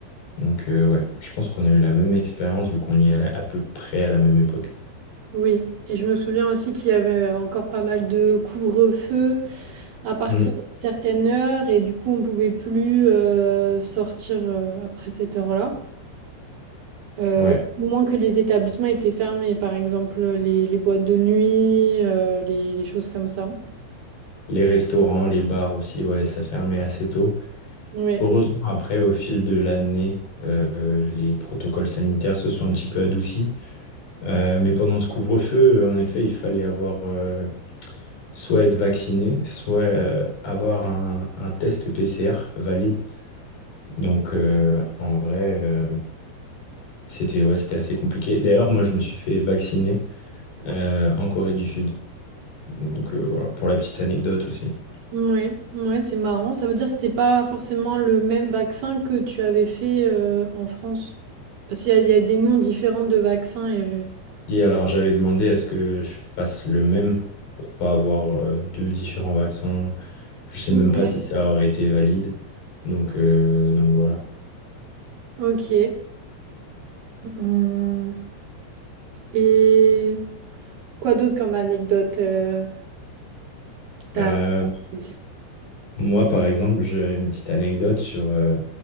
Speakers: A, on the left; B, on the right.
A: Donc, euh, ouais, je pense qu'on a eu la même expérience vu qu'on y allait à peu près à la même époque.
B: Oui, et je me souviens aussi qu'il y avait encore pas mal de couvre-feu à partir
A: Mm.
B: d'une certaine heure, et du coup, on pouvait plus euh, sortir euh, après cette heure-là. Euh,
A: Ouais,
B: au moins que les établissements étaient fermés, par exemple les, les boîtes de nuit, euh, les, les choses comme ça.
A: les restaurants, les bars aussi, ouais, ça fermait assez tôt.
B: Ouais,
A: Heureusement, après, au fil de l'année, euh, les protocoles sanitaires se sont un petit peu adoucis. Euh, mais pendant ce couvre-feu, en effet, il fallait avoir euh, soit être vacciné, soit euh, avoir un, un test PCR valide. Donc euh, en vrai, euh, c'était ouais, c'était assez compliqué. D'ailleurs, moi, je me suis fait vacciner euh, en Corée du Sud. Donc euh, voilà, pour la petite anecdote aussi.
B: ouais, ouais, c'est marrant. Ça veut dire que c'était pas forcément le même vaccin que tu avais fait euh, en France. Parce qu'il y a, il y a des noms différents de vaccins et je...
A: Et alors, j'avais demandé à ce que je fasse le même pour pas avoir euh, deux différents vaccins. Je sais
B: Ok.
A: même pas si ça aurait été valide. Donc, euh, donc voilà.
B: Ok. Hum. Et quoi d'autre comme anecdote euh, t'as-
A: Euh,
B: apprise?
A: Moi, par exemple, j'ai une petite anecdote sur. euh,